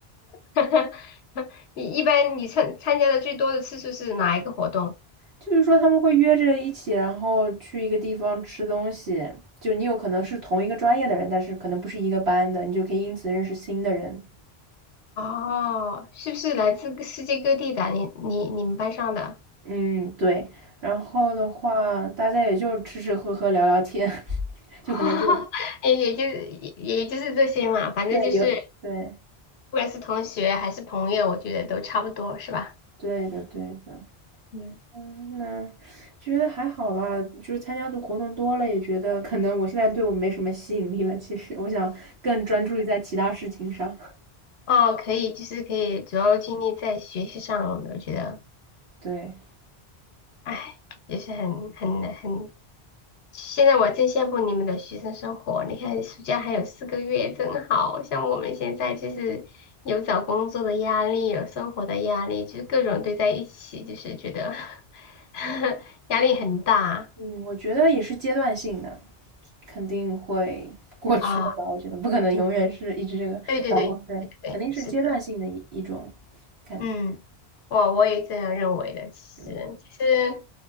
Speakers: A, on the left (about 80°); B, on the right (about 85°).
A: <laughs> 你一般你参参加的最多的次数是哪一个活动？
B: 就是说他们会约着一起，然后去一个地方吃东西，就你有可能是同一个专业的人，但是可能不是一个班的，你就可以因此认识新的人。
A: 哦，是不是来自各世界各地的？你你你们班上的，
B: 嗯，对。然后的话，大家也就吃吃喝喝聊聊天，<laughs> 就可能就
A: <laughs> 也也就是也也就是这些嘛，反正就是。
B: 对有对
A: 不管是同学还是朋友，我觉得都差不多，是吧？
B: 对的对的。
A: 嗯，
B: 嗯，那就觉得还好吧，就是参加的活动多了，也觉得可能我现在对我没什么吸引力了。其实我想更专注于在其他事情上。<laughs>
A: 哦，可以，就是可以主要精力在学习上了。我觉得，
B: 对，
A: 哎，也是很很很。现在我真羡慕你们的学生生活。你看，暑假还有四个月，真好。像我们现在就是有找工作的压力，有生活的压力，就是各种堆在一起，就是觉得 <laughs> 压力很大
B: 嗯，我觉得也是阶段性的，肯定会 <laughs> 过去的吧。
A: 啊。
B: 我觉得不可能永远是一直这个找工。
A: 对对对，
B: 对，
A: 对对对，
B: 肯定是阶段性的一一种
A: 是的。
B: 感觉。
A: 嗯，我我也这样认为的。其实，
B: 嗯，
A: 其实